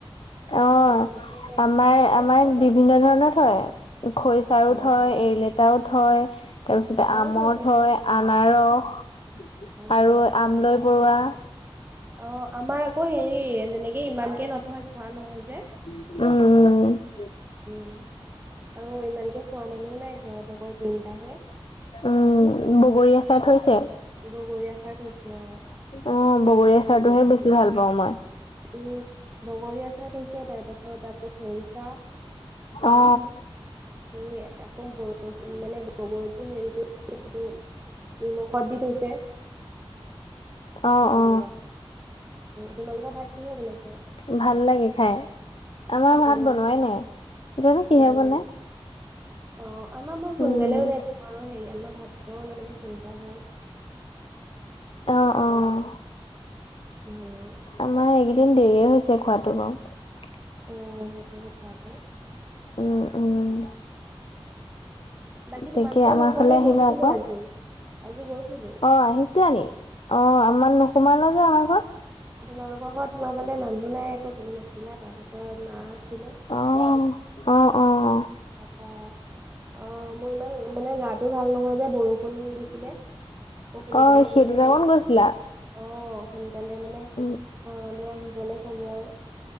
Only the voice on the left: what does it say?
অ
আমাৰ
আমাৰ
বিভিন্ন ধৰণৰ থয় খৰিচাৰও
থয়, এৰিলেতাও থয় তাৰপিছতে
আমৰ
থয়,
আনাৰস
আৰু আমৰলি পৰুৱা
উম উম
উম, বগৰী আচাৰ থৈছে?
অ', বগৰী আচাৰটোহে বেছি ভাল পাওঁ মই।
অ
অ'।
অ
ভাল লাগে খাই। আমাৰ ভাত
বনোৱাই নাই, জাঁনো কিহে
বনাই।
উম
অ', অ'।
আমাৰ এইকেইদিন দেৰিয়েই হৈছে খোৱাটো বাৰু।
উম, উম।
তাকে আমাৰ
ফালে
আহিবা আকৌ।
অ', আহিছিলা নি? অ', আমাৰ নোসোমাল যে আমাৰ ঘৰত?
অ', অ', অ', অ'।
অ সেইটো
টাইমত গৈছিলা
উম